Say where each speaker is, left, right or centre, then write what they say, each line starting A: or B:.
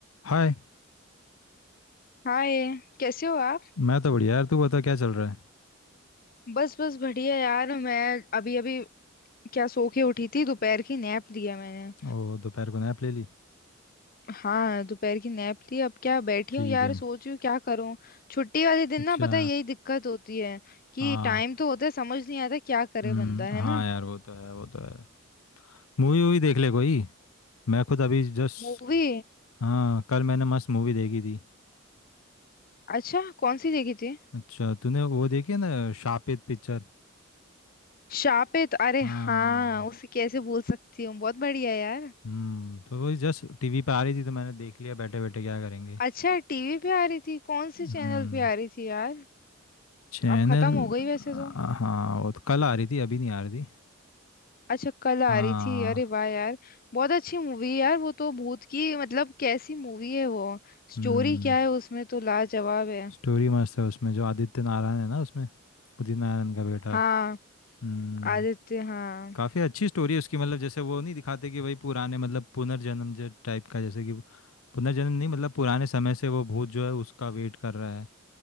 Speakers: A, on the left; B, on the left.
A: हाय
B: हाय कैसे हो आप
A: मैं तो बढ़िया यार तू बता क्या चल रहा
B: बस बस बढ़िया यार मैं अभी अभी क्या सो के उठी थी दोपहर की नैप लिया मैंने
A: है ओ दोपहर को नैप ले ली
B: हाँ दोपहर की नैप ली अब क्या बैठी
A: ठीक
B: हूँ यार
A: है
B: सोच रही हूँ क्या करूँ छुट्टी वाले दिन
A: अच्छा
B: ना पता है यही दिक्कत होती है कि
A: हाँ
B: टाइम तो होता है समझ नहीं आता क्या करे
A: हम्म
B: बंदा
A: हाँ
B: है ना
A: यार वो तो है वो तो है मूवी वूवी देख ले कोई मैं खुद अभी जस्ट
B: मूवी
A: हाँ कल मैंने मस्त मूवी देखी थी
B: अच्छा कौन सी देखी थी
A: अच्छा तूने वो देखी है ना शापित पिक्चर
B: शापित अरे
A: हाँ
B: हाँ उसे कैसे भूल सकती हूँ बहुत बढ़िया यार
A: हम्म तो वही जस्ट टीवी पे आ रही थी तो मैंने देख लिया बैठे बैठे क्या करेंगे
B: अच्छा टीवी पे आ रही थी कौन से
A: हम्म
B: चैनल पे आ रही थी यार
A: चैनल
B: अब खत्म हो गई वैसे
A: हाँ
B: तो
A: वो तो कल आ रही थी अभी नहीं आ रही थी
B: अच्छा कल आ
A: हाँ
B: रही थी अरे वाह यार बहुत अच्छी मूवी है यार वो तो भूत की मतलब कैसी मूवी है वो स्टोरी
A: हम्म
B: क्या है उसमें तो लाजवाब है
A: स्टोरी मस्त है उसमें जो आदित्य नारायण है ना उसमें उदित नारायण का बेटा
B: हाँ
A: हम्म
B: आदित्य हाँ
A: काफ़ी अच्छी स्टोरी है उसकी मतलब जैसे वो नहीं दिखाते कि वही पुराने मतलब पुनर्जन्म जो टाइप का जैसे कि पुनर्जन्म नहीं मतलब पुराने समय से वो भूत जो है उसका वेट कर रहा है